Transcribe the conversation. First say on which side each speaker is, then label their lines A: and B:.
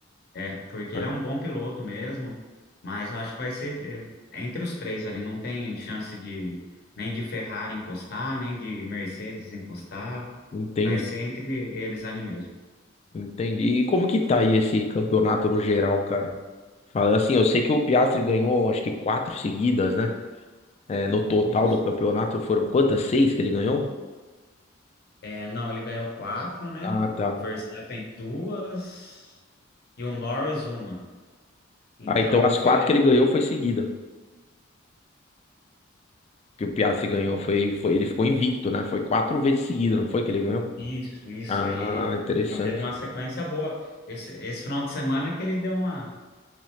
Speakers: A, on the left; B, on the left.
A: É, porque
B: Ah,
A: ele é um bom piloto mesmo, mas eu acho que vai ser de- entre os três ali, não tem chance de nem de Ferrari encostar, nem de Mercedes encostar,
B: entendi,
A: vai ser entre eles ali mesmo.
B: entendi. E como que tá aí esse campeonato no geral, cara? Fala assim, eu sei que o Piastri ganhou, acho que quatro seguidas, né? É, no total
A: Isso.
B: do campeonato foram quantas? Seis que ele ganhou?
A: É, não, ele ganhou quatro, né?
B: Ah,
A: O
B: tá.
A: Verstappen duas e o Norris uma. Então
B: Ah, então as
A: foi
B: quatro que ele ganhou foi seguida. que o Piastri ganhou foi, foi ele ficou invicto, né? Foi quatro vezes seguida, não foi que ele ganhou?
A: isso, isso.
B: Ah,
A: Ele
B: interessante.
A: manteve uma sequência boa. Esse, esse final de semana que ele deu uma